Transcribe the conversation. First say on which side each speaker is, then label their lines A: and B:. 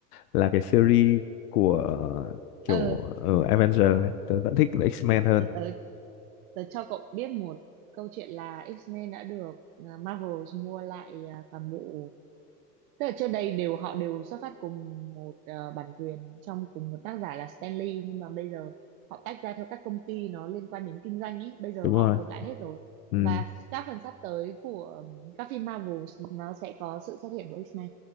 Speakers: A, on the left; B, on the right.
A: là cái series của ờ, kiểu
B: ờ
A: uh, Avenger ấy. tớ vẫn thích là X-Men hơn
B: thì tớ tớ cho cậu biết một câu chuyện là X-Men đã được à, Marvel mua lại à, toàn bộ Tức là trước đây đều họ đều xuất phát cùng một ờ, bản quyền trong cùng một tác giả là Stanley nhưng mà bây giờ họ tách ra theo các công ty nó liên quan đến kinh doanh ý, bây giờ
A: đúng
B: họ
A: rồi
B: gộp lại hết rồi.
A: ừ
B: Và các phần sắp tới của ừm, các phim Marvel nó sẽ có sự xuất hiện của X-Men.